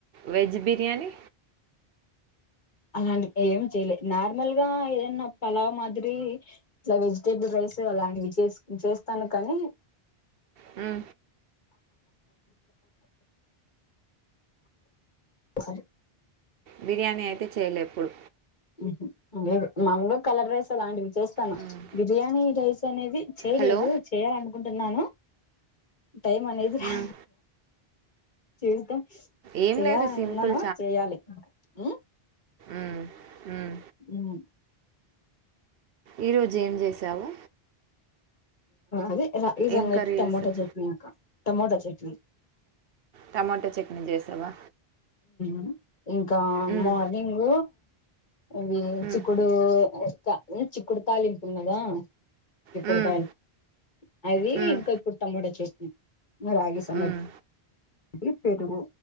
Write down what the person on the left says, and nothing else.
అలాంటి ఏం చెయలేదు నార్మల్ గా ఏదన్నా పలావ మాదిరి ఇలా వెజిటేబుల్ రై చేసే అలాంటివి చే చేస్తాను కానీ
స
మ్ లేదు మాముగా కలర్ రైస్ అలాంటివి చేస్తాను
బిర్యానీ రైస్ అనేది చేయలేదు
చేయాలనుకుంటున్నాను టైం అనేది
రా చుద్దాం
చేయాలనున్నాను
చేయ్యాలి మ్
మ్
అదే ఈ సంగ
టమోటా
చట్నీ అక్క టమోటా చట్నీ
మ్ ఇంకా
మార్నింగ అవి
చిక్కుడు కా చిక్కుడు తాలింపు ఉన్నదా చిక్కుడు
కాయలు అది
ఇంకా ఇప్పుడు టమోట చట్నీ రాగి సంగ
టి పెరుగు